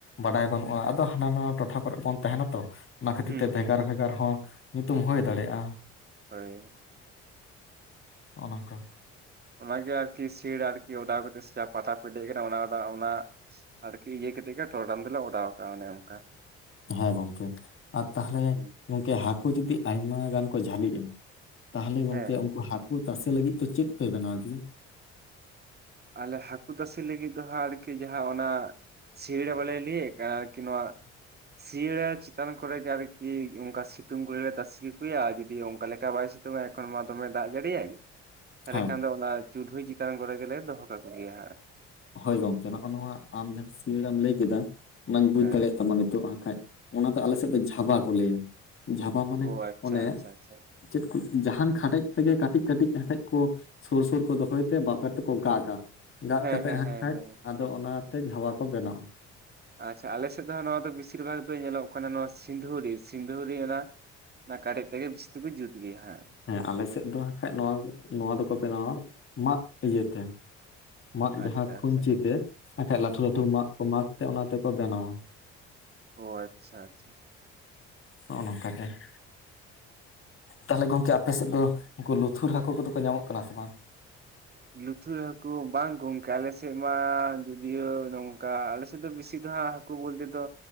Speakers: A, on the left (about 45°); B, on the right (about 35°).
A: ᱵᱟᱰᱟᱭ ᱵᱟᱹᱱᱩᱜᱼᱟ ᱟᱫᱚ ᱦᱟᱱᱟ ᱱᱟᱣᱟ ᱴᱚᱴᱷᱟ ᱠᱚᱨᱮᱡ ᱵᱚᱱ ᱛᱟᱦᱮᱱᱟ ᱛᱚ ᱚᱱᱟ ᱠᱷᱟᱹᱛᱤᱨ
B: ᱦᱩᱸ
A: ᱛᱮ
B: ᱦᱩᱸ
A: ᱵᱷᱮᱜᱟᱨ
B: ᱦᱩᱸ
A: ᱵᱷᱮᱜᱟᱨ ᱦᱚᱸ ᱧᱩᱛᱩᱢ ᱦᱩᱭ ᱫᱟᱲᱮᱭᱟᱜᱼᱟ ᱾
B: ᱦᱳᱭ
A: ᱱᱚᱝᱠᱟ
B: ᱚᱱᱟᱜᱮ ᱟᱨᱠᱤ ᱥᱤᱨ ᱟᱨᱠᱤ <unintelligible> ᱠᱟᱛᱮ ᱯᱟᱛᱟ ᱠᱚ ᱫᱮᱡ ᱟᱠᱟᱱᱟ ᱚᱱᱟ ᱚᱱᱟ ᱟᱨᱠᱤ ᱤᱭᱟᱹᱠᱟᱛᱮᱜ ᱫᱚ ᱴᱚᱨᱚᱰᱟᱝ ᱫᱚᱞᱮ ᱚᱰᱟᱣ ᱠᱟ ᱚᱱᱠᱟ ᱾
A: ᱦᱮᱸ ᱜᱚᱢᱠᱮ ᱟᱨ ᱛᱟᱦᱮᱞᱮ
B: ᱦᱩᱸ
A: ᱜᱚᱢᱠᱮ ᱦᱟᱹᱠᱩ ᱡᱩᱫᱤ ᱟᱭᱢᱟ ᱜᱟᱱ ᱠᱚ ᱡᱷᱟᱹᱞᱤᱜᱼᱟ ᱛᱟᱦᱚᱞᱮ ᱜᱚᱝᱠᱮ
B: ᱦᱮᱸ ᱦᱮᱸ
A: ᱩᱱᱠᱩ ᱦᱟᱹᱠᱩ ᱛᱟᱥᱮ ᱞᱟᱹᱜᱤᱫ ᱛᱮ ᱪᱮᱫ ᱯᱮ ᱵᱮᱱᱟᱣ ᱜᱮᱭᱟ?
B: ᱟᱞᱮ ᱦᱟᱹᱠᱩ ᱛᱟᱥᱤ ᱞᱟᱹᱜᱤᱫ ᱫᱚ ᱦᱟᱸᱜ ᱟᱨᱠᱤ ᱡᱟᱦᱟᱸ ᱚᱱᱟ ᱥᱤᱲ ᱵᱟᱞᱮ ᱞᱟᱹᱭᱠᱟᱜᱼᱟ ᱱᱚᱣᱟ ᱥᱤᱭᱟᱹᱲᱟ ᱪᱮᱛᱟᱱ ᱠᱚᱨᱮ ᱜᱮ ᱟᱨᱠᱤ ᱚᱱᱠᱟ ᱥᱤᱛᱩᱝ ᱠᱚ ᱛᱟᱥᱮ ᱥᱤᱭᱟ ᱡᱩᱫᱤ ᱚᱱᱠᱟ ᱞᱮᱠᱟ ᱵᱟᱭ ᱥᱤᱛᱩᱝ ᱟ ᱛᱚᱠᱷᱚᱱ ᱢᱟ ᱫᱚᱢᱮ ᱫᱟᱜ ᱡᱟᱹᱲᱤᱭᱟᱭ ᱛᱟᱦᱚᱞᱮ
A: ᱦᱮᱸ
B: ᱠᱷᱟᱱ ᱫᱚ ᱚᱱᱟ ᱪᱩᱞᱦᱩᱭ ᱪᱮᱛᱟᱱ ᱠᱚᱨᱮ ᱜᱮᱞᱮ ᱫᱚᱦᱚ ᱠᱟᱠᱚ ᱜᱮᱭᱟ ᱦᱟᱸᱜ ᱾
A: ᱦᱳᱭ ᱜᱚᱝᱠᱮ ᱱᱚᱜᱼᱚ ᱱᱚᱣᱟ ᱟᱢ ᱡᱟᱦᱟᱸ ᱥᱤᱭᱟᱹᱲᱟᱢ ᱞᱟᱹᱭ ᱠᱮᱫᱟ ᱚᱱᱟᱧ ᱵᱩᱡ
B: ᱦᱮᱸ
A: ᱫᱟᱲᱮᱭᱟᱜ ᱱᱤᱛᱚᱜ ᱟᱜ ᱠᱷᱟᱡ ᱚᱱᱟᱛᱮ ᱟᱞᱮᱥᱮᱫ ᱫᱚ ᱡᱷᱟᱵᱟ ᱠᱚ ᱞᱟᱹᱭᱟ ᱡᱷᱟᱵᱟ ᱢᱟᱱᱮ
B: ᱚ ᱟᱪᱪᱷᱟ
A: ᱚᱱᱮ
B: ᱟᱪᱪᱷᱟ ᱟᱪᱪᱷᱟ
A: ᱪᱮᱫ ᱠᱚ ᱡᱟᱦᱟᱱ ᱠᱷᱟᱰᱮᱡ ᱛᱮᱜᱮ ᱠᱟᱹᱴᱤᱡ ᱠᱟᱹᱴᱤᱡ ᱠᱷᱟᱴᱮᱡ ᱠᱚ ᱥᱩᱨ ᱥᱩᱨ ᱠᱚ ᱫᱚᱦᱚᱭ ᱛᱮ ᱵᱟᱵᱮᱨ ᱛᱮᱠᱚ ᱜᱟᱜᱼᱟ ᱜᱟᱜ
B: ᱦᱮᱸ
A: ᱠᱟᱛᱮ
B: ᱦᱮᱸ ᱦᱮᱸ ᱦᱮᱸ
A: ᱟᱫᱚ ᱚᱱᱟᱛᱮ ᱡᱷᱟᱣᱟ ᱠᱚ ᱵᱮᱱᱟᱜᱼᱟ
B: ᱟᱪᱪᱷᱟ ᱟᱞᱮᱥᱮᱫ ᱫᱚ ᱦᱟᱸᱜ ᱱᱚᱣᱟ ᱫᱚ ᱵᱮᱥᱤᱨ ᱵᱷᱟᱜᱽ ᱫᱚ ᱧᱮᱞᱚᱜ ᱠᱟᱱᱟ ᱱᱚᱣᱟ ᱥᱤᱸᱫᱷᱩᱨᱤ ᱥᱤᱸᱫᱷᱩᱨᱤ ᱚᱱᱟ ᱚᱱᱟ ᱠᱟᱰᱮᱡ ᱛᱮᱜᱮ ᱵᱤᱥᱛᱤ ᱠᱚ ᱡᱩᱛ ᱜᱮᱭᱟ ᱦᱟᱸ
A: ᱦᱮᱸ ᱟᱞᱮ ᱥᱮᱫ ᱫᱚ ᱦᱟᱸᱜ ᱠᱷᱟᱡ ᱱᱚᱣᱟ ᱱᱚᱣᱟ ᱫᱚᱠᱚ ᱵᱮᱱᱟᱣᱟ ᱢᱟᱫ ᱤᱭᱟᱹᱛᱮ ᱢᱟᱜ ᱡᱟᱦᱟᱸ
B: ᱟᱪᱪᱷᱟ
A: ᱠᱷᱩᱧᱪᱤ
B: ᱟᱪᱪᱷᱟ
A: ᱛᱮ ᱵᱟᱠᱷᱟᱡ ᱞᱟᱹᱴᱩ ᱞᱟᱹᱴᱩ
B: ᱦᱩᱸ
A: ᱢᱟᱜ
B: ᱦᱩᱸ
A: ᱠᱚ ᱢᱟᱜᱽ ᱛᱮ ᱚᱱᱟ ᱛᱮᱠᱚ ᱵᱮᱱᱟᱣᱟ
B: ᱚ ᱟᱪᱪᱷᱟ ᱟᱪᱪᱷᱟ
A: ᱱᱚᱜᱼᱚ ᱱᱚᱝᱠᱟ ᱜᱮ ᱾ ᱛᱟᱦᱚᱞᱮ ᱜᱚᱝᱠᱮ ᱟᱯᱮ ᱥᱮᱫ ᱫᱚ ᱩᱱᱠᱩ ᱞᱩᱛᱷᱩᱨ ᱦᱟᱹᱠᱩ ᱠᱚᱫᱚ ᱠᱚ ᱧᱟᱢᱚᱜ ᱠᱟᱱᱟ ᱥᱮ ᱵᱟᱝ?
B: ᱞᱩᱛᱷᱩᱨ ᱦᱟᱹᱠᱩ, ᱵᱟᱝ ᱜᱚᱝᱠᱮ ᱟᱞᱮ ᱥᱮᱫ ᱢᱟ ᱡᱩᱫᱤᱭᱳ ᱱᱚᱝᱠᱟ ᱟᱞᱮ ᱥᱮᱫ ᱫᱚ ᱵᱮᱥᱤ ᱫᱚ ᱦᱟᱸᱜ ᱠᱩ ᱵᱚᱞᱛᱮ ᱛᱚ